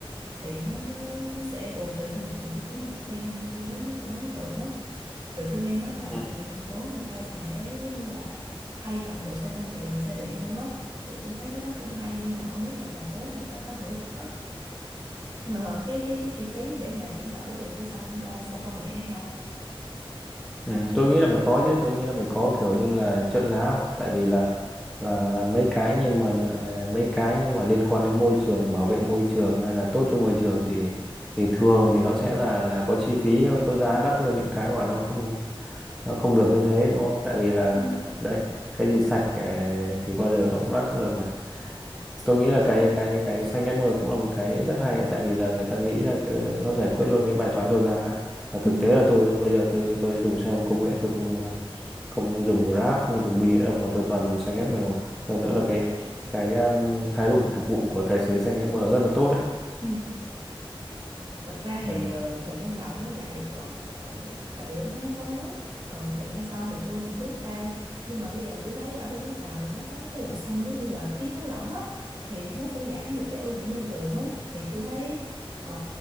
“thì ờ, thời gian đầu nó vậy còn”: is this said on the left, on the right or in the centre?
Right